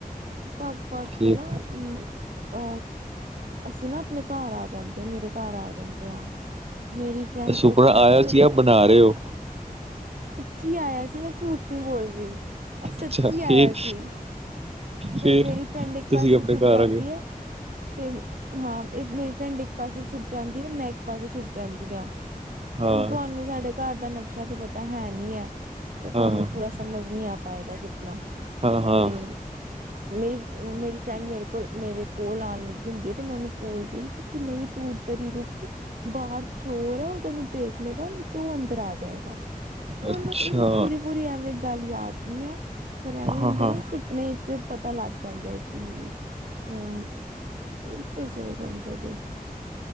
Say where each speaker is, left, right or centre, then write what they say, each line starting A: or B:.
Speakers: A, on the right (about 60°); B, on the right (about 40°).
A: ਭੱਗ ਭੱਗ
B: ਫੇਰ?
A: ਕੇ ਨਾ ਅ ਅਸੀਂ ਨਾ, ਆਪਣੇ ਘਰ ਆ ਜਾਂਦੇ ਆ, ਮੇਰੇ ਘਰ ਆ ਜਾਂਦੇ ਆ। ਮੇਰੀ ਫਰੈਂਡ
B: ਸੁਪਨਾ
A: <unintelligible>
B: ਆਇਆ ਸੀ ਆਪ ਬਣਾ ਰਹੇ ਹੋ
A: ਜੀ, ਆਇਆ ਸੀ। ਮੈਂ ਝੂਠੀ ਨਹੀਂ ਬੋਲ ਰਹੀ, ਇਹ ਸੱਚੀ
B: ਅੱਛਾ
A: ਆਇਆ
B: ਫਿਰ
A: ਸੀ, ਤੇ
B: ਫਿਰ
A: ਮੇਰੀ ਫਰੈਂਡ ਇੱਕ
B: ਤੁਸੀਂ
A: ਪਾਸੇ
B: ਆਪਣੇ
A: ਛੁੱਪ
B: ਘਰ
A: ਜਾਂਦੀ
B: ਆ ਗਏ
A: ਹੈ, ਤੇ ਹਾਂ ਇਹ ਮੇਰੀ ਫਰੈੰਡ ਇੱਕ ਪਾਸੇ ਛੁੱਪ ਜਾਂਦੀ ਹੈ, ਤੇ ਮੈਂ ਇੱਕ ਪਾਸੇ ਛੁਪ ਜਾਂਦੀ ਹਾਂ।
B: ਹਾਂ
A: ਹੁਣ, ਤੁਹਾਨੂੰ ਸਾਡੇ ਘਰ ਦਾ ਨਕਸ਼ਾ ਤੇ ਪਤਾ ਹੈ ਨੀ ਹੈ। ਤੇ ਤੁਹਾਨੂੰ
B: ਹਾਂ
A: ਪੂਰਾ ਸਮਝ ਨੀ ਆ ਪਾ ਪਾਏਗਾ ਜੋ।
B: ਹਾਂ ਹਾਂ
A: ਤੇ ਮੇਰੀ -ਮੇਰੀ ਫਰੈਂਡ ਮੇਰੇ ਕੋਲ ਮੇਰੇ ਕੋਲ ਆਉਣ ਲੱਗੀ ਹੁੰਦੀ ਹੈ, ਤੇ ਮੈਂ ਉਹਨੂੰ ਬੋਲਦੀ ਹਾਂ ਕਿ ਤੂੰ ਨਹੀਂ ਤੂੰ ਉੱਧਰ ਹੀ ਰੁੱਕ, ਬਾਹਰ ਚੋਰ ਹੈ ਉਹ ਤੈਨੂੰ ਦੇਖ ਲਏਗਾ, ਤੇ ਉਹ ਅੰਦਰ ਆ ਜਾਏਗਾ। ਹਨ।
B: ਅੱਛਾ
A: <inaudible> ਪੂਰੀ- ਪੂਰੀ ਐਵੇਂ ਗੱਲ ਯਾਦ ਨੀ ਹੈ। ਫੇਰ ਐਵੇਂ
B: ਹਾਂ
A: ਹੁੰਦਾ
B: ਹਾਂ
A: ਨਾ, ਸੁਪਨੇ ਚ ਪਤਾ ਲੱਗ ਜਾਂਦਾ ਹੈ ਕਿ, ਅ ਤੁਸੀਂ ਨੀ ਸਮਝੋਗੇ,